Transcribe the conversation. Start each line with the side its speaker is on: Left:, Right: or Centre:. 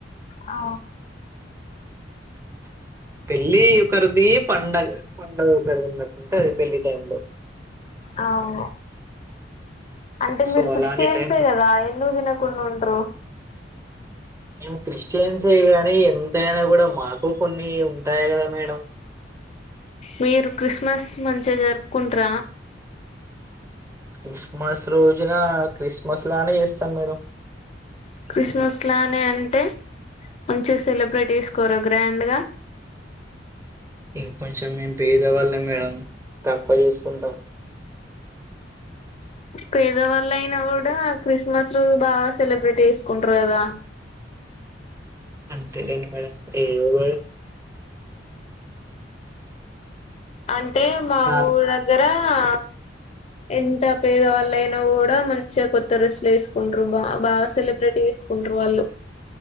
Left: ఆ
Right: పెళ్లి ఒకరిది పండగ పండగ పెరిగినటుంటది పెళ్లి టైమ్ లో
Left: అవు అంటే
Right: సో
Left: మీరు క్రిస్టియన్సే
Right: అలాంటి టైమ్ లో
Left: కదా ఎందుకు తిన కుండా ఉంటరు
Right: మేం క్రిస్టియన్సే గాని ఎంతైనా కూడా మాకు కొన్ని ఉంటాయి కదా మేడం
Left: మీరు క్రిస్మస్ మంచిగా జరుపుకుంటర
Right: క్రిస్మస్ రోజున క్రిస్మస్ లానే చేస్తాం మేడం
Left: క్రిస్మస్లానే అంటే మంచిగా సెలబ్రేట్ చేసుకోర గ్రాండ్గా
Right: ఇ కొంచెం మేం పేదవాళ్ళం మేడం తక్ పోయి చేసుకుంటాం
Left: పేదవాళ్ళయినా కూడా క్రిస్మస్ రోజు బాగా సెలబ్రేట్ చేసుకుంటారు కదా
Right: అంతేలేండి మేడం ఏవో
Left: అంటే మా
Right: నాన్న
Left: ఊరు దగ్గర ఆ ఎంత పేద వాళ్ళయినా కూడా మంచిగా కొత్త డెస్లు వేసుకుంటారు బా బాగా సెలబ్రెటీ వేసుకుంటరు వాళ్ళు